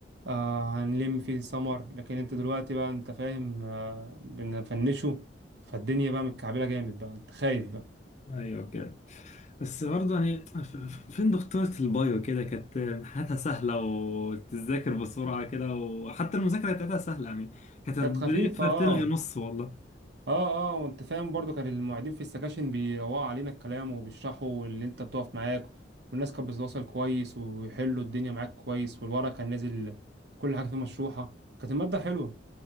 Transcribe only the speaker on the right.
آه هنلم في سمر لكن انت دلوقتي بقى انت فاهم آه بنفنشه فالدنيا بقى متكعبلة جامد بقى انت خايف بقى
كانت خفيفة
اه
اه اه وانت فاهم برضو كان المعيدين في السكاشن بيروقوا علينا الكلام وبيشرحوا اللي انت بتقف معاك والناس كانت بتتواصل كويس ويحلوا الدنيا معاك كويس والورق كان نازل كل حاجة فيه مشروحة كانت المادة حلوة